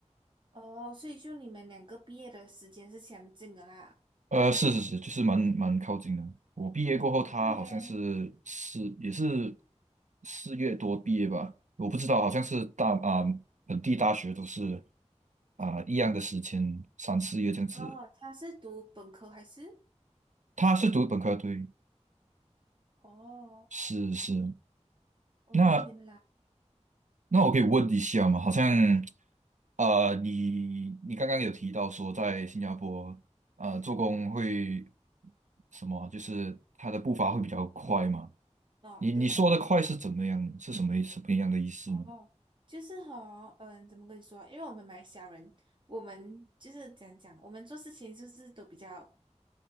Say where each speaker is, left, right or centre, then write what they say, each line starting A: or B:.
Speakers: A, on the right (about 40°); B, on the right (about 80°).
A: 哦，所以就你们两个毕业的时间是相近的啦。
B: 呃，是是是，就是蛮蛮靠近的。我毕业过后，
A: 哦，
B: 他好像是四，
A: 对耶
B: 也是四月多毕业吧，我不知道，好像是大啊本地大学都是啊一样的时间，三四月这样子。
A: 哦，他是读本科还是？
B: 他是读本科，对，
A: 哦，
B: 是是，
A: 哦，
B: 那
A: 原来，
B: 那我可以问一下吗？好像呃，你你刚刚有提到说在新加坡呃做工会什么，就是他的步伐会比较快吗？
A: 哦，
B: 你你说的快是怎么样？
A: 对，
B: 是什么什么样的意思呢？
A: 哦，就是哈、嗯，怎么跟你说啊？因为我们马来西亚人，我们就是讲讲，我们做事情就是都比较